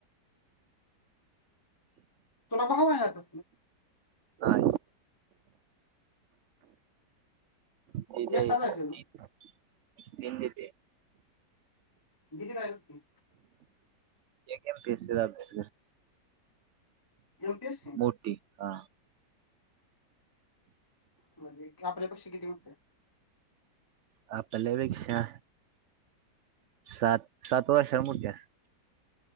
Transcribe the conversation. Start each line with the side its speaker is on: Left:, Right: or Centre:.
Left: तुला भाव हाय आता
Right: हा दीदी हाय
Left: एकटा जायचं तू
Right: तीन तीन दीदीय.
Left: दीदी काय करती?
Right: यमपीएससी चा अभ्यास
Left: यपीएस
Right: मोठी हा.
Left: म्हणजे आपल्या पेक्षा किती मोठीय?
Right: आपल्यापेक्षा सात सात वर्षांनी मोठी अस